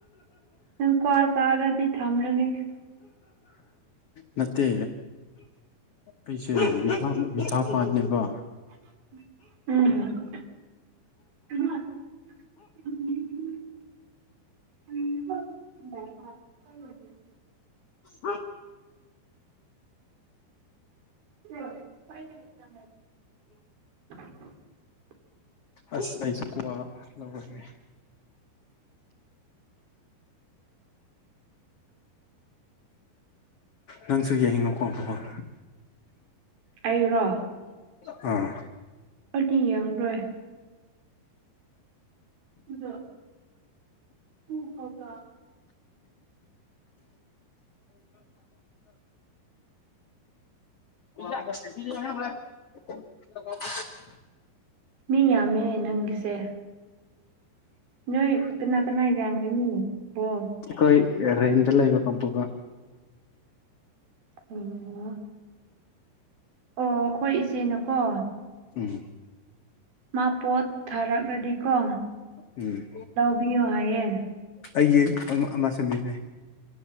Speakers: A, on the right; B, on the left.
A: ꯅꯪ ꯀ꯭ꯋꯥ ꯆꯥꯔꯗꯤ ꯊꯝꯂꯒꯦ
B: ꯅꯠꯇꯦ ꯑꯩꯁꯦ ꯃꯤꯥ ꯃꯤꯊꯥ ꯄꯥꯟꯅꯦꯕ
A: ꯎꯝ ꯑ ꯎꯝ
B: ꯑ
A: ꯎ
B: ꯑꯁ ꯑꯩꯁꯨ ꯀꯋꯥ ꯂꯧꯔꯒꯦ ꯅꯪꯁꯨ ꯌꯦꯡꯅꯤꯡꯉꯣꯀꯣ ꯕꯥꯜ
A: ꯑꯩꯔꯣ
B: ꯑꯥ
A: ꯑꯗꯨꯗꯤ ꯌꯦꯡꯔꯣꯏ ꯑꯗ ꯍ ꯍꯒ
B: <inaudible>
A: ꯃꯤ ꯌꯥꯝꯃꯦ ꯅꯪꯒꯤꯁꯦ ꯅ ꯀꯅꯥ ꯀꯅꯥ ꯀꯒꯅꯤ ꯣꯁ
B: ꯑꯩꯈꯣꯏ ꯔꯦꯟꯗ ꯂꯩꯕ ꯀꯥꯡꯝꯕꯨꯒ
A: ꯑꯣꯝ ꯑꯣ ꯑꯩꯈꯣꯏ ꯏꯆꯦꯅꯀꯣ
B: ꯎꯝ
A: ꯃꯥ ꯄꯣꯠ ꯊꯥꯔꯛꯂꯗꯤꯀꯣ
B: ꯎꯝ
A: ꯕꯤ ꯋꯥ ꯍꯥꯏꯌꯦ
B: ꯑꯩꯒꯤ ꯑꯃ ꯁꯦꯝꯕꯤꯕꯅꯦ